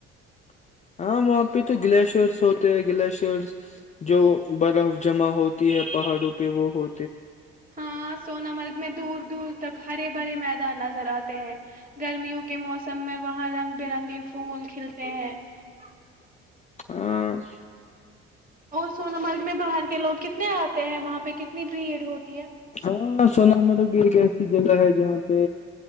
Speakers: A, on the left (about 25°); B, on the right (about 25°).
A: <unintelligible> ہاں وہاں پہ تو گلیشیئرس ہوتے ہیں گلیشیرس جو برف جمع ہوتی ہے پہاڑوں پہ وہ ہو
B: ہاں سوون مرگ میں دور دور تک ہرے بھرے میدان نظر آتے ہیں گرمیوں کے موسم میں وہاں رنگ برنگے پھول کھلتے ہیں <unintelligible>
A: ہاں <unintelligible> <unintelligible>
B: اور سونا مرگ میں باہر کے کہ لوگ کتنے آتے ہیں وہاں پہ کتنی بھیڑ ہوتی ہے <unintelligible>
A: ہاں سنا ممر گ کہ ایسی جگہ ہے جہاں پہ